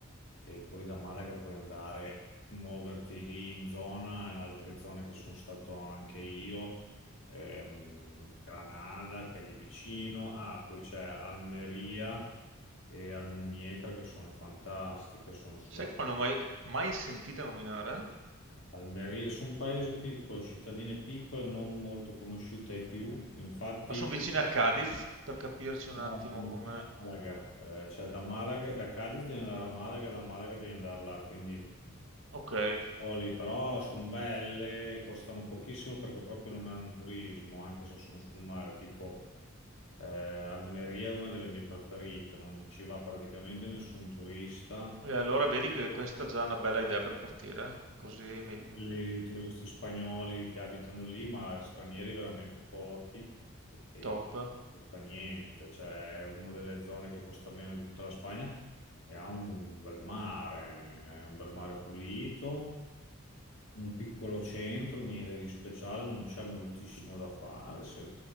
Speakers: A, on the left; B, on the right.
A: e poi da Malaga puoi andare, muoverti lì in zona, in altre zone che sono stato anche io, ehm, Granada che è lì vicino, ah, poi c'è Almeria e Almuñécar che sono fantastiche, sono sulla
B: Sai che non ne ho mai, mai sentita nominare?
A: Almeria, sono paesi piccoli, cittadine piccole, non molto conosciute ai più, infatti
B: Ma sono vicina a Cadiz, per capirci un
A: No,
B: attimo
A: Fiorentina
B: come...
A: a Malaga. Eh, cioè da Malaga, da Cadiz devi andare a Malaga, da Malaga devi andare là, quindi
B: Ok, e
A: Oli, però sono belle, costano pochissimo perché proprio non hanno turismo, anche se sono sul mare, tipo eh, Almeria è una delle mie preferite, non ci va praticamente nessun turista,
B: allora vedi che questa è già una bella idea per partire, così mi...
A: i turisti spagnoli che abitano lì, ma stranieri veramente pochi e
B: top.
A: costa niente, cioè è una delle zone che costa meno di tutta la Spagna e ha un bel mare, è un bel mare pulito, un piccolo centro, niente di speciale, non c'è moltissimo da fare, se,